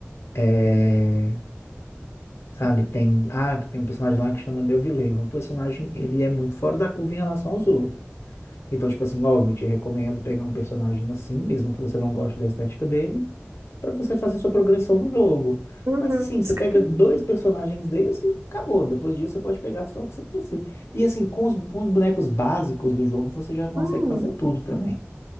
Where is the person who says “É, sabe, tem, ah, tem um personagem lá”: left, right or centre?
Left